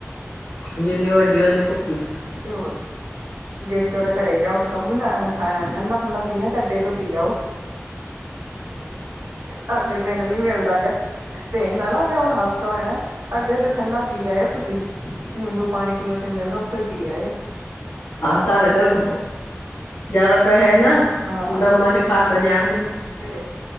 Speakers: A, on the left; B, on the right.
A: ਜਿੰਨੀ ਵੱਡੀ ਓਨੀ ਭੁੱਖੀ।
B: ਤੇ ਹੋਰ ਜੇ ਕਿਤੇ ਓਦੇ ਘਰੇ ਜਾਓ ਤੇ ਕਓ ਓਨਾਂ ਠੰਡਾ ਠੂੰਡਾ ਪੀਨਾ ਤਾਂ ਅੱਡੇ ਤੋਂ ਪੀ ਆਓ। ਸਾਡੇ ਪਿੰਡ ਨੀ ਮਿਲਦਾ ਗਾ, ਪਿੰਡ ਆਲਾ ਲਿਆਓਨਾ ਔਖਾ ਹੋਏਆ। ਅੱਡੇ ਤੇ ਠੰਡਾ ਪੀ ਆਏਓ ਤੁਸੀਂ ਨਿੰਬੂ ਪਾਨੀ ਪੂਨੀ ਓਥੇ ਮਿਲਦਾ ਓਥੋਂ ਪੀ ਆਏਓ।
A: ਸਾਡੇ ਘਰ ਜ਼ਿਆਦਾ ਪੈਸੇ ਨਾ
B: ਹਾਂ।
A: ਡਰੰਮਾਂ ਚ ਖੱਟ ਜਾਨਗੇ। ਤੇ ਹੋਰ